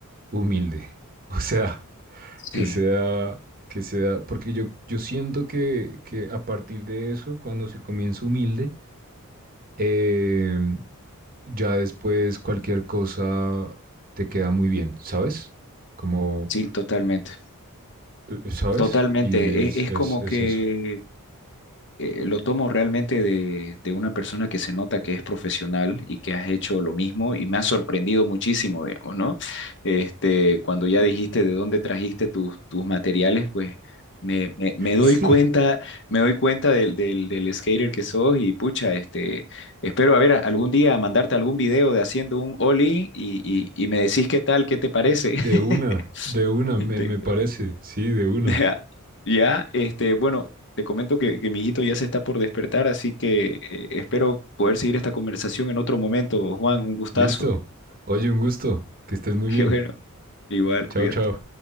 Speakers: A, on the right (about 40°); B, on the left (about 55°).
A: humilde. <laughs> O sea,
B: Sí,
A: que sea, que sea, porque yo, yo siento que, que a partir de eso, cuando se comienza humilde, eh, ya después cualquier cosa te queda muy bien, ¿sabes? Como,
B: sí, totalmente.
A: eh, ¿sabes?
B: Totalmente,
A: Y es,
B: es
A: es,
B: es, como
A: es
B: que
A: eso.
B: eh, eh, lo tomo realmente de, de una persona que se nota que es profesional y que has hecho lo mismo y me ha sorprendido muchísimo, digamos, ¿no? Este, cuando ya dijiste de dónde trajiste tus, tus materiales, pues me, me- me doy
A: <laughs>
B: cuenta,
A: Sí.
B: me doy cuenta del, del, del skater que sos y pucha, este, espero a ver algún día mandarte algún video de haciendo un ollie y, y, y me decís qué tal, qué te parece.
A: De
B: <laughs>
A: una, de una,
B: Este,
A: me, me parece, sí, de una.
B: <laughs> Ya, ya, este, bueno, te comento que, que mi hijito ya se está por despertar, así que eh, espero poder seguir esta conversación en otro momento. Juan, un gustazo.
A: Listo. Oye, un gusto. Que estés muy bien.
B: <laughs> Y bueno, igual, cuídate.
A: Chao, chao.